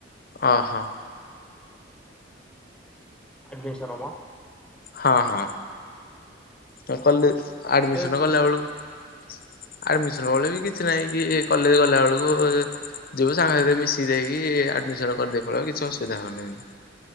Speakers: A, on the left; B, in the centre.
A: ଅ ହଁ।
B: ଅଡ୍ମମିସନ୍ ମ।
A: ହଁ ହଁ ତ କଲେଜ୍
B: ମୁଁ
A: ଆଡମିସନ
B: ଏବେ
A: କଲା ବେଳକୁ ଆଡମିସନ ବେଳେ ବି କିଛି ନହିଁ କି କଲେଜ ଗଲା ବେଳକୁ ଯିବୁ ସାଙ୍ଗ ସାଥି ମିସିକି ସେ ଯାଇକି ଆଡମିସନ କରିଦେଇ ପଳେଇବ କିଛି ଅସୁବିଧା ହେବନାହିଁ।